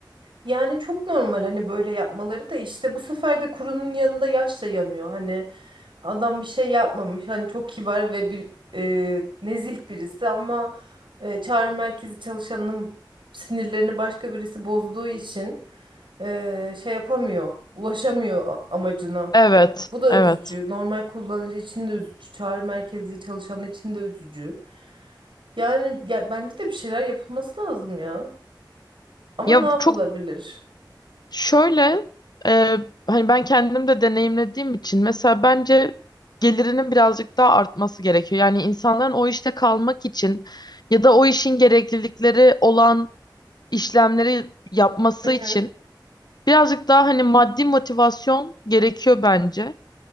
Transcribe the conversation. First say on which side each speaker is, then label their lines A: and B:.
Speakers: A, on the right; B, on the left.
A: Yani çok normal hani böyle yapmaları da işte bu sefer de kurunun yanında yaş da yanıyor. Hani Adam bir şey yapmamış. Hani çok kibar ve bir e, nezih birisi ama e, çağrı merkezi çalışanının sinirlerini başka birisi bozduğu için e, şey yapamıyor, ulaşamıyor a- amacına.
B: Evet,
A: Bu da
B: evet.
A: üzücü. Normal kullanıcı için de üzücü. Çağrı merkezi çalışanı için de üzücü. Yani ya, bence de bir şeyler yapılması lazım ya. Ama
B: Ya
A: ne yapılabilir?
B: çok Şöyle, e, hani ben kendim de deneyimlediğim için mesela bence gelirinin birazcık daha artması gerekiyor. Yani insanların o işte kalmak için ya da o işin gereklilikleri olan işlemleri yapması
A: Hı
B: için
A: hı.
B: birazcık daha hani maddi motivasyon gerekiyor bence.